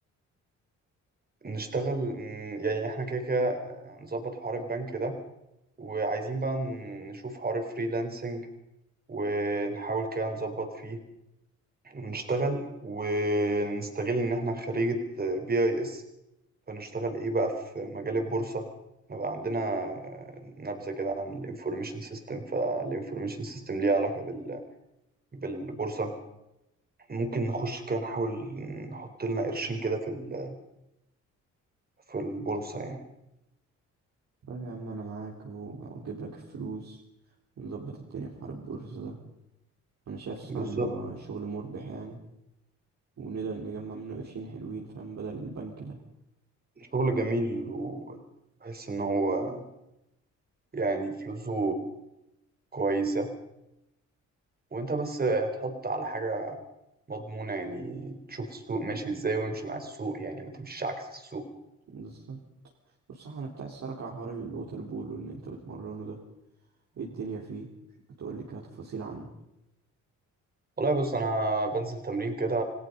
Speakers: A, on the right; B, on the right.
A: نشتغل ن- يعني احنا كده كده آه، نظبط حوار البنك ده وعايزين بقى ن- نشوف حوار الفريلانسنج ونحاول كده نظبط فيه ونشتغل ونستغل ان احنا خريجة بي اي اس فنشتغل ايه بقى في مجال البورصة نبقى عندنا آه، نبذة كده عن الانفورميشن سيستم فالانفورميشن سيستم ليه علاقة بال... بالبورصة ممكن نخش كده نحاول نحط لنا قرشين كده في ال- في البورصة يعني
B: طيب يا عم انا معاك واجيب لك الفلوس ونظبط الدنيا في حوار البورصة ده انا شايف صراحة
A: بالظبط
B: ان هو شغل مربح يعني ونقدر نجمع منه قرشين حلوين فاهم بدل البنك ده
A: شغل جميل وبحس إن هو يعني فلوسه كويسة وأنت بس تحط على حاجة مضمونة يعني تشوف السوق ماشي إزاي وامشي مع السوق يعني ما تمشيش عكس السوق
B: بالظبط بصراحة انا بتاع الصراحة على حوار الوتر بول واللي انت بتمرنه ده ايه الدنيا فيه تقول لي كده تفاصيل عنه
A: والله بص أنا بنزل تمرين كده